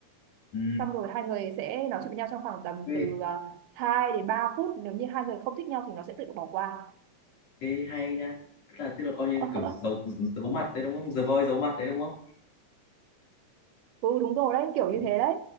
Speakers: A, on the left; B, on the right.
A: ừ.
B: xong rồi hai người sẽ nói chuyện với nhau trong khoảng tầm
A: Ê,
B: từ uh, 2 đến 3 phút nếu như hai người không thích nhau thì nó sẽ tự động bỏ qua
A: thế hay nhá tức là tức là coi như
B: <laughs>
A: kiểu giấu giấu mặt đấy đúng không The Voice giấu mặt đấy đúng không
B: ừ đúng rồi đấy kiểu như
A: ừ
B: thế đấy